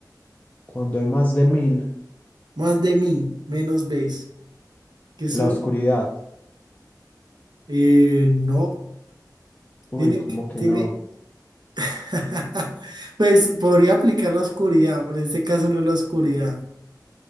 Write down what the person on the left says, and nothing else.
cuando hay más de mil,
la oscuridad.
Uy,
¿cómo
que
no?